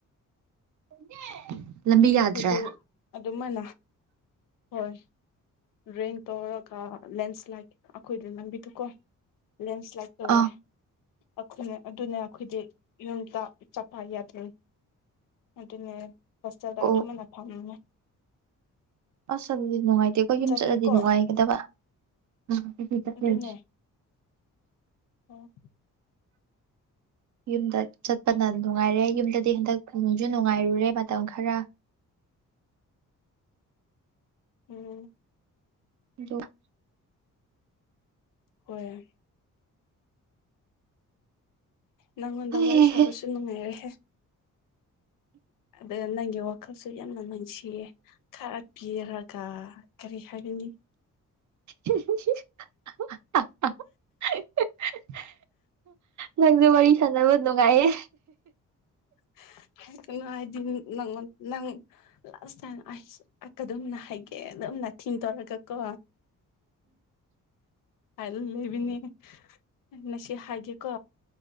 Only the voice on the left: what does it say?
ꯑꯗꯨꯅ
ꯑꯩꯈꯣꯏꯗ ꯑꯗꯨꯝꯥꯏ ꯍꯣꯏ ꯔꯦꯟ ꯇꯧꯔꯒ ꯂꯦꯟꯁ꯭ꯂꯥꯏꯠ ꯑꯩꯈꯣꯏꯗ ꯂꯝꯕꯤꯗꯨꯀꯣ ꯂꯦꯟꯁ꯭ꯂꯥꯏꯠ ꯇꯧꯋꯦ
ꯑꯩꯈꯣꯏ ꯑꯗꯨꯅ ꯑꯩꯈꯣꯏꯗꯤ ꯌꯨꯝꯗ ꯆꯞꯄ ꯌꯥꯗ꯭ꯔ° ꯑꯗꯨꯅꯦ ꯍꯣꯁꯇꯦꯜꯗ
ꯑꯗꯨꯝꯅ ꯊꯝꯃꯦ
ꯆꯠꯂꯦꯀꯣ
ꯑꯗꯨꯅꯦ <inaudible>
ꯎꯝ
ꯍꯣꯏ ꯅꯪꯉꯣꯟꯗ
ꯋꯥꯔꯤ ꯁꯥꯕꯁꯨ ꯅꯨꯡꯉꯥꯏꯔꯦꯍꯦ ꯑꯗꯨꯒ ꯅꯪꯒꯤ ꯋꯥꯈꯜꯁꯨ ꯌꯥꯝꯅ ꯅꯨꯡꯁꯤꯌꯦ ꯈꯔ ꯄꯤꯔꯒ ꯀꯔꯤ ꯍꯥꯏꯒꯅꯤ
<unintelligible> ꯅꯪ ꯂꯥꯁ ꯇꯥꯏꯝ ꯑꯥ <unintelligible> ꯍꯥꯏꯒꯦ ꯅꯪꯅ ꯊꯤ ꯇꯧꯔꯒꯀꯣ <unintelligible> ꯉꯁꯤ ꯍꯥꯏꯒꯦꯀꯣ